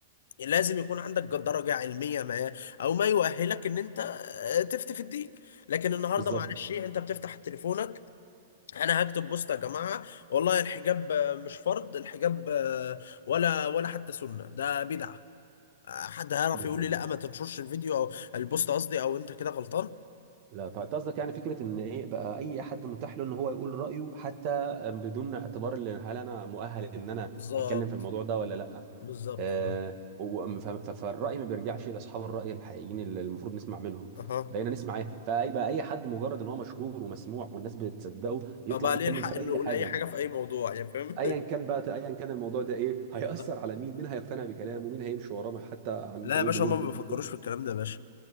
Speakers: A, on the left (about 75°); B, on the right (about 40°).
A: لازم يكون عندك درجة علمية ما او ما يؤهلك ان انت آه، تفتي في الدين لكن النهاردة
B: بالظبط
A: معلش إيه، انت بتفتح تليفونك انا هكتب بوست يا جماعه والله الحجاب آه، مش فرض الحجاب آه، ولا ولا حتى سنه ده بدعه آه، حد هيعرف
B: بالظبط
A: يقول لي لا ما تنشرش الفيديو او البوست قصدي او انت كده غلطان
B: لا طيب أنت قصدك يعني فكره ان ايه بقى اي حد متاح له ان هو يقول رايه حتى بدون اعتبار اللي هل انا مؤهل ان انا
A: بالظبط
B: اتكلم في الموضوع ده ولا لا
A: بالظبط
B: آه
A: اه
B: و- ف- ف- فالراي ما بيرجعش لاصحاب الراي الحقيقيين اللي المفروض نسمع منهم
A: اها
B: بقينا نسمع ايه فاي بقى اي حد مجرد ان هو مشهور ومسموع والناس بتصدقه يطلع
A: آه، بقى
B: يتكلم
A: ليه الحق
B: في
A: انه
B: اي
A: يقول
B: حاجه
A: اي حاجه في اي موضوع يعني فاهم
B: ايا كان بقى ايا كان الموضوع ده ايه هيأثر
A: <laughs>
B: على مين مين هيقتنع بكلامه مين هيمشي وراه حتى عن
A: لا
B: بدون
A: يا باشا
B: بدون
A: هما ما
B: بدون
A: بيفكروش في الكلام ده يا باشا